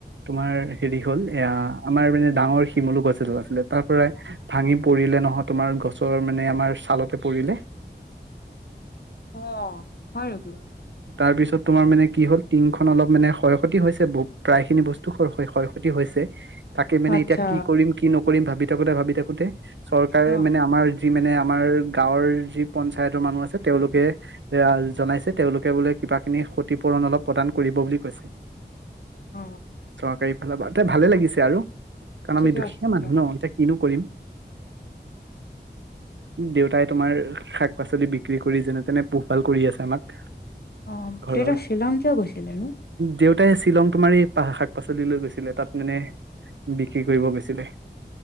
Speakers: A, on the right; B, on the left.
A: তোমাৰ হেৰি হ'ল এ আমাৰ মানে ডাঙৰ শিমলু গছ এডাল আছিলে তাৰ পৰাই। ভাঙি পৰিলে নহয় তোমাৰ গছৰ মানে আমাৰ ছালতে পৰিলে।
B: অ হয় নেকি।
A: তাৰপিছত তোমাৰ মানে কি হ'ল টিংখন অলপ মানে ক্ষয় ক্ষতি হৈছে বু প্ৰায় খিনি বস্তু ক্ষৰ ক্ষতি। ক্ষকি হৈছে তাকে মানে
B: আচ্ছা।
A: এতিয়া কি কৰিম কি নকৰিম ভাবি থাকোতে ভাবি থাকোতে চৰকাৰে
B: অ',
A: মানে আমাৰ যি মানে আমাৰ গাঁৱৰ যি পঞ্চায়তৰ মানুহ আছে তেওঁলোকে জনাইছে তেওঁলোকে বোলে কিবা খিনি ক্ষতিপূৰণ অলপ প্ৰদান কৰিব বুলি কৈছে
B: অ'
A: চৰকাৰী অলপ ভালে লাগিছে আৰু কাৰণ
B: ঠিকে
A: আমি দুখীয়া
B: আছে,
A: মানুহ
B: ঠিকে
A: ন
B: আছে।
A: এতিয়া কিনো কৰিম
B: <inaudible>
A: দেউতাই তোমাৰ শাক-পাচলি বিক্ৰী কৰি যেনে তেনে পোহপাল কৰি আছে আমাক
B: অঁ
A: ঘৰৰ
B: দেতা শ্বিলং কিয় গৈছিলে নো?
A: দেউতাই শ্বিলং তোমাৰ এই শাক-পাচলি লৈ গৈছিলে তাত মানে বিক্ৰী কৰিব গৈছিলে